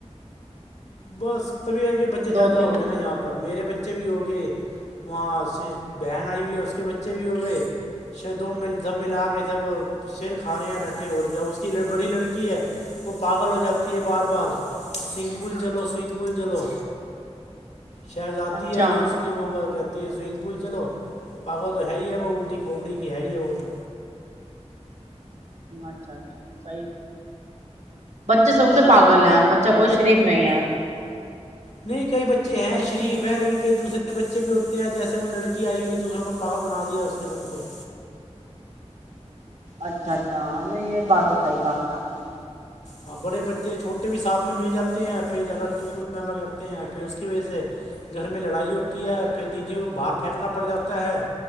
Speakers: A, on the left (about 75°); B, on the right (about 80°).
A: بس تو بھیھی کر کے بچے زیادہ
B: دو تین
A: ہو
B: دن۔
A: گئے نا یہاں پر میرے بچے بچے بھی ہوگئے وہاں بہن آئی ہوئی ہے اس کے بچے بھی ہوگئے ش سب ملا کے سب سر کھا رہے ہیں بیٹھے ہو کے اس کی بڑی لڑکی ہے وہ پاگل ہو جاتی ہے بار بار سنگل چلو سونگ پل چلو شہزادی
B: اچھا
A: ہے جو اس کی وہ کہتے سوئمنگ پول چلو پاگل تو ہے ہی ہے وہ الٹی کھوپڑی کی ہے ہی ہے وہ تو
B: اچھا اچھا صی بچے سب کے پاگل ہیں بچہ کوئی شریف نہیں ہے
A: نہیں کئی بچے ہیں
B: بس
A: شریف ہے لیکن کئی دوسرے بچے بچے بھی ہوتے ہیں جیسے وہ لڑکی آئی ہوئی ہے دوسروں کو پاگا بنا دیا اس نے سب کوچھ
B: اچھا اچھا ہ نہیں یہ بات ساب کاپڑ بنا
A: ہاں بڑے بچے چھوٹے بھی ساتھ میں مل جاتے ہیں پھر زیادہ تووط پما کرتے ہیں پھر اس کی وجہ سے گھر میں لڑائی ہوتی ہے پھر دیدی کو باہر پھینکنا پڑ جاتا ہے